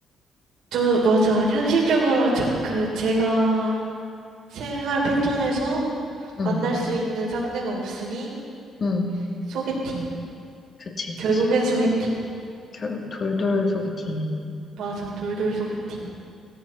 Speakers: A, on the right; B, on the left.
A: 저, 맞아. 현실적으로 자, 그, 제가 생활 패턴에서
B: 응,
A: 만날 수 있는 상대가 없으니,
B: 응.
A: 소개팅.
B: 그치, 그치.
A: 결국엔 소개팅.
B: 결국 돌돌 소개팅이네.
A: 맞아. 돌돌 소개팅.